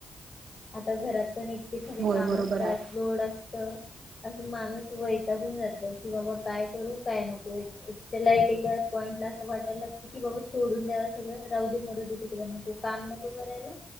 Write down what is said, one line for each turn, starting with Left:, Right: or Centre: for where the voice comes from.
Left: आता घरात पण इतके सारे
Right: होय
Left: काम
Right: बरोबर
Left: असतात
Right: आहे
Left: लोड असत असं माणूस वैतागून जात की बाबा काय करू काय नको त्याला एक एका पॉइंट ला असं वाटायला लागतं की बाबा सोडून द्यावा सगळ राऊदी मरुदी तिकडे नको काम नको करायला